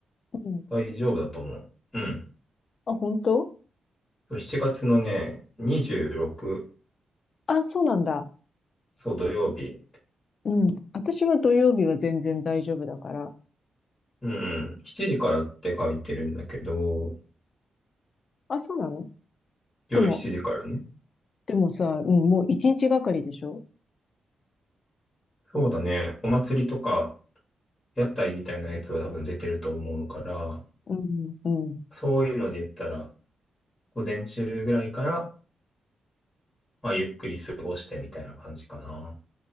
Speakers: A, on the left; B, on the left.
A: うん。
B: 大丈夫だと思う。うん。
A: あ、本当
B: そう7月のね、26、
A: あ、そうなんだ。
B: そう、土曜日。
A: うん。私は土曜日は全然大丈夫だから。
B: うん。7時からって書いてるんだけど、
A: あ、そうなの
B: 夜7時からね。
A: でも、でもさ、うん、もう1日がかりでしょ
B: そうだね。お祭りとか、屋台みたいなやつは多分出てると思うから、
A: うん、うん。
B: そういうので言ったら、午前中ぐらいから、まあ、ゆっくり過ごしてみたいな感じかな。